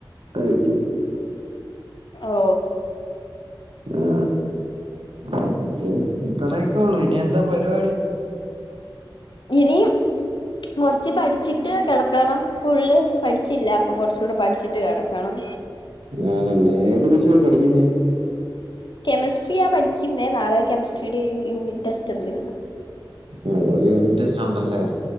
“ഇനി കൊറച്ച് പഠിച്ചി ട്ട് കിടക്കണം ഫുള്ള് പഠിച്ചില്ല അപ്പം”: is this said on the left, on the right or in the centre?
Left